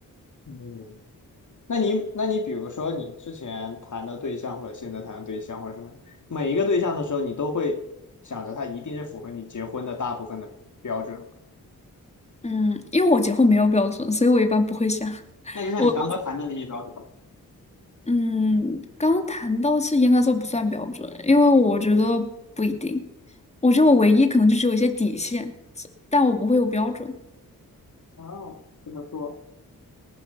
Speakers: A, on the left (about 50°); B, on the left (about 15°).
A: 嗯，那你那你比如说你之前谈的对象或者现在谈的对象或者什么，每一个对象的时候，你都会想着他一定是符合你结婚的大部分的标准。
B: 嗯，因为我结婚没有标准，所以我一般不会想。<laughs>
A: 那就像你刚刚谈的那些标准吧
B: 我我嗯，刚谈到是应该说不算标准，因为我觉得不一定。我觉得我唯一可能就是有一些底线，但我不会有标准。
A: 哦，这么说，